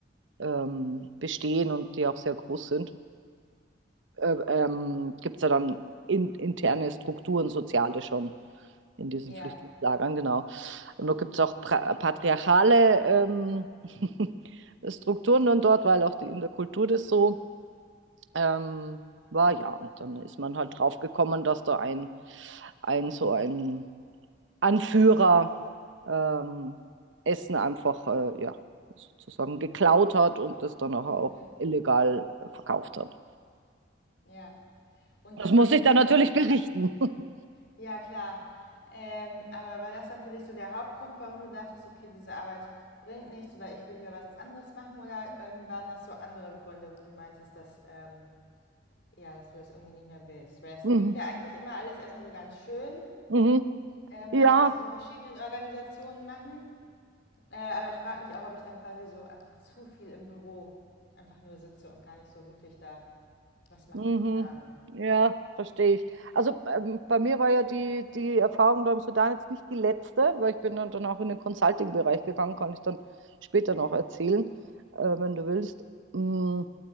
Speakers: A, on the right; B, on the left.
A: ähm, bestehen und die auch sehr groß sind, äh, ähm, gibt es ja dann in, interne Strukturen, soziale schon in diesen
B: Ja.
A: Flüchtlingslagern, genau. Und da gibt es auch pra- patriarchale ähm, <laughs> Strukturen dann dort, weil auch die, in der Kultur das so Ähm, war ja, und dann ist man halt drauf gekommen, dass da ein, ein so ein Anführer ähm, Essen einfach äh, ja, sozusagen geklaut hat und das dann nachher
B: Okay.
A: auch illegal äh, verkauft hat.
B: Ja. Und
A: Das
B: das
A: muss
B: war für
A: ich
B: dich
A: dann
B: so
A: natürlich
B: der. Ha
A: berichten. <laughs>
B: ja, klar. Ähm, aber war das dann für dich so der Hauptgrund, warum du dachtest, okay, diese Arbeit bringt nichts oder ich will lieber was anderes machen? Oder ähm, waren das so andere Gründe, wo du meintest, dass, ähm, ja, dass du das irgendwie nicht mehr willst? Weil das
A: Mhm.
B: klingt ja eigentlich immer alles erstmal so ganz schön,
A: Mhm.
B: ähm,
A: Ja,
B: weil was diese verschiedenen Organisationen machen. Äh, aber ich frage mich auch, ob ich dann quasi so einfach zu viel im Büro einfach nur sitze und gar nicht so wirklich da was mache.
A: Mhm.
B: Keine Ahnung.
A: Ja, verstehe ich. Also ähm, bei mir war ja die, die Erfahrung da im Sudan jetzt nicht die letzte, weil ich bin dann, dann auch in den Consulting-Bereich gegangen, kann ich dann später noch erzählen, äh, wenn du willst. Mm,